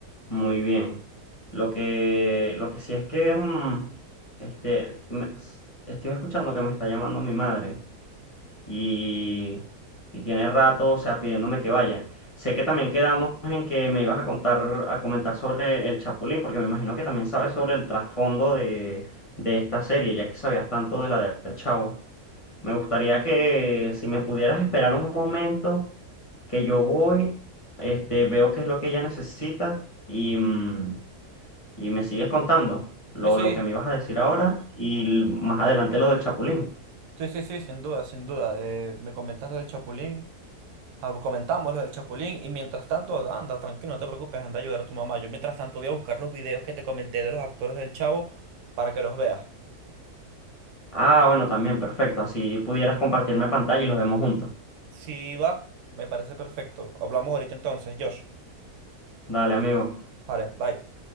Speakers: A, on the left (about 30°); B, on the right (about 65°).
A: muy bien. Lo que, lo que sí es que mm, este, me- estoy escuchando que me está llamando mi madre y, y tiene rato, o sea, pidiéndome que vaya. Sé que también quedamos en que me ibas a contar, a comentar sobre el Chapulín, porque me imagino que también sabes sobre el trasfondo de, de esta serie, ya que sabías tanto de la del Chavo. Me gustaría que si me pudieras esperar un momento, que yo voy, este, veo qué es lo que ella necesita y, mm, y me sigues contando lo,
B: Sí, sí,
A: lo que me ibas a decir ahora y l- más adelante lo del Chapulín.
B: sí, sí, sí, sin duda, sin duda. Eh, me comentas lo del Chapulín. Ah, Comentamos lo del Chapulín y mientras tanto, anda, tranquilo, no te preocupes, anda a ayudar a tu mamá. Yo mientras tanto voy a buscar los videos que te comenté de los actores del Chavo para que los veas.
A: Ah, bueno, también, perfecto. Así pudieras compartirme pantalla y los vemos juntos.
B: Si va, me parece perfecto. Hablamos ahorita entonces, Josh.
A: Dale, amigo.
B: Vale, bye.